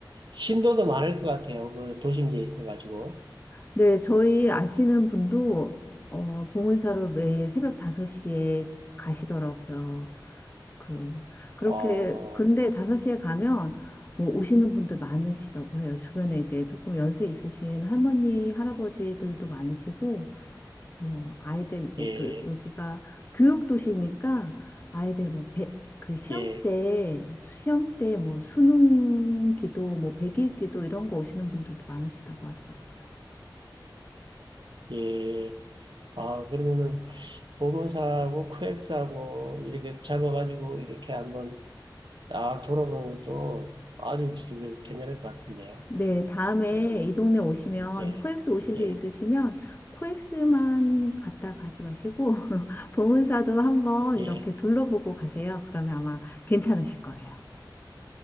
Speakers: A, on the right; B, on the left.
A: 신도도 많을 것 같아요. 그 도심지에 있어가지고.
B: 네, 저희 아시는 분도 어, 봉은사로 매일 새벽 5시에 가시더라고요. 그, 그렇게,
A: 어,
B: 근데 5시에 가면 뭐 오시는 분들 많으시다고 해요. 주변에 이제 조금 연세 있으신 할머니, 할아버지들도 많으시고, 뭐 아이들 이제
A: 예,
B: 또 여기가 교육 도시니까 아이들 뭐 배, 그 시험
A: 예,
B: 때 시험 때 뭐 수능 기도 뭐 백일 기도 이런 거 오시는 분들도 많으시다고 하더라고요.
A: 예. 아, 그러면은 보문사하고 코엑스하고 이렇게 잡아가지고 이렇게 한번 딱 돌아보는 것도 아주 지금 괜찮을 것 같은데요.
B: 네, 다음에
A: 그 뭐,
B: 이 동네 오시면
A: 예,
B: 코엑스 오실
A: 예,
B: 일 있으시면 코엑스만 갔다 가지 마시고 <laughs> 봉은사도 한번
A: 예.
B: 이렇게 둘러보고 가세요. 그러면 아마 괜찮으실 거예요.